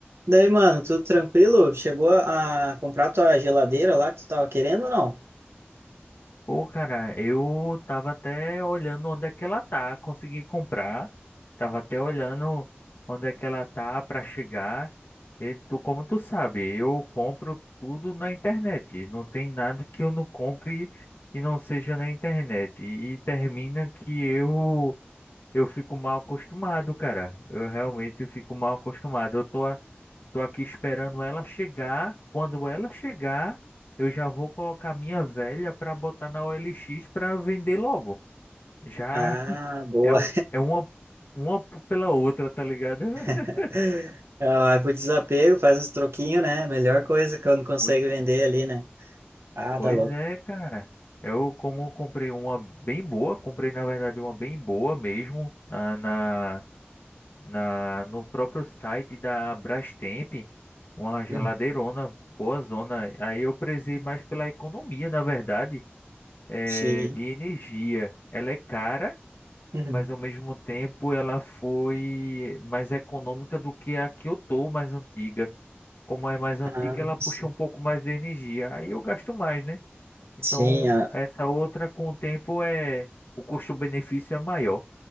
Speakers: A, on the right; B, on the left.
A: Daí, mano, tudo tranquilo? Chegou a a comprar tua geladeira lá que tu tava querendo ou não?
B: Pô, cara, eu tava até olhando onde é que ela tá, consegui comprar. Tava até olhando onde é que ela tá pra chegar. E tu, como tu sabe, eu compro tudo na internet. Não tem nada que eu não compre que não seja na internet. E, termina que eu eu fico mal acostumado, cara. Eu realmente fico mal acostumado. Eu tô Tô aqui esperando ela chegar. Quando ela chegar, eu já vou colocar minha velha para botar na O L X para vender logo. Já
A: Ah,
B: <laughs>
A: boa.
B: é, um, é uma, uma pela outra, tá ligado? <laughs>
A: <laughs> Ah, Vai pro desapego, faz uns troquinhos, né? Melhor coisa quando consegue
B: Poi-
A: vender ali, né? Ah,
B: Pois
A: tá louco.
B: é, cara. Eu, como eu comprei uma bem boa, comprei na verdade uma bem boa mesmo na, na, na no próprio site da Brastemp, uma geladeirona,
A: Uhum.
B: boa zona. Aí eu prezei mais pela economia, na verdade. eh,
A: Sim.
B: de energia. Ela é cara,
A: Uhum.
B: mas ao mesmo tempo ela foi mais econômica do que a que eu tô, mais antiga. Como é mais antiga,
A: Ah,
B: ela puxa
A: sim,
B: um pouco mais de energia. Aí eu gasto mais, né? Então,
A: Sim, ah,
B: essa outra com o tempo é o custo-benefício é maior.